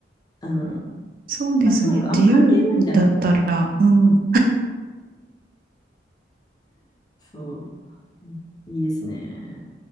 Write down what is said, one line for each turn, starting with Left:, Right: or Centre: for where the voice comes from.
Left: あの、
Right: そうですね。
Left: 頭いい子あんま関係ないんだなって。
Right: 自由だったら、うん、
Left: うんそう、いいいいですね。